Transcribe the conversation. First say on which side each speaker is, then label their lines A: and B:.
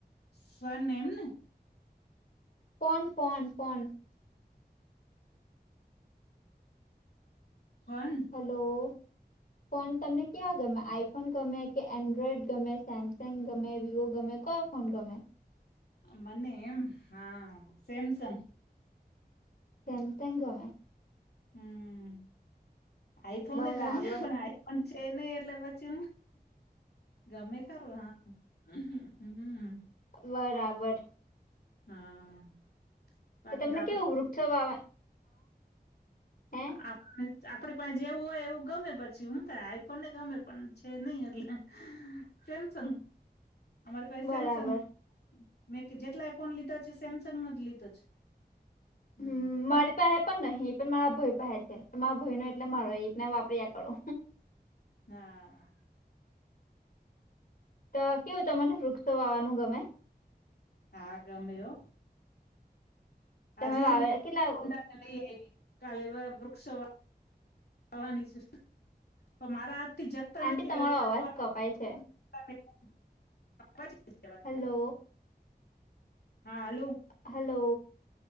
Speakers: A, on the left; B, on the left.
A: સ્વને એમને.
B: ફોન ફોન ફોન
A: હન
B: હલો ફોન તમને ક્યાં ગમે? આઈફોન ગમે કે એન્ડ્રોઇડ ગમે સેમસેમ ગમે કે વીવો ગમે ફોન ગેમ
A: મને એમ હા સેમસંગ
B: સમતા ગમે
A: હમ આઈફોનને
B: બરાબર
A: ગમે પણ આઈફોન પણ છે નહી એટલે પછી હું ગમે ખરું હમ
B: બરાબર,
A: હા, બાકી
B: તમને
A: તો આપડ
B: કેવું વૃક્ષો વાવો હ,
A: આપ આપડુ પાસે જેવું હોય એવું ગમે પછી હું થાય, આપણ ને ગમે પણ છે, નઈ એટલે.
B: <unintelligible> <inaudible>
A: સેમસંગ,
B: <unintelligible> <inaudible>
A: અમારે પાસે
B: બરાબર
A: સેમસંગ મેં જેટલા ફોન લીધા છે, સેમસંગનો જ લીધો છે. હમ
B: હું માળી. પાહે પણ નહીં એ પણ મારા ભય પહે છે, મારા ભાઈ નો એટલે મારો એ રીતના વાપર્યા કરો.
A: હા,
B: તો કેવું તમને વૃક્ષો વાવાનું ગમે.
A: હા ગમે હો. આજે
B: તમે વાવે
A: જો મારા
B: કેટલા
A: ડા લઈ આયવી કાલે વ વૃક્ષો વા વાની છે પણ મારા હાથથી જગતા
B: આંટી
A: નથી
B: તમારો
A: એટલે હું બાજુવાળા
B: અવાજ કપાય છે હલો
A: <inaudible> હા, હાલો.
B: હાલો,